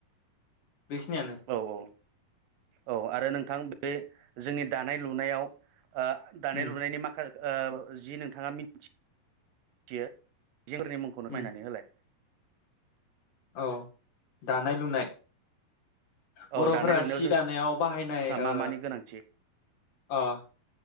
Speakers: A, on the left; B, on the right.
A: बेखिनियानो
B: औ औ औ आरो नोंथां बे जोंनि दानाय लुनायाव ओ दानाय
A: उम
B: लुनायनि माखास ओ जि नोंथाङा मिथि थियो जिफोरनि मुंखौनो फोरमायनानै
A: उम
B: होलाय
A: औ दानाय लुनाय बर'फोरा
B: औ दानाय लुनायाव
A: सि दानायाव बाहायनाय
B: जोंहा
A: ओ
B: मा मानि गोनांथि
A: अ'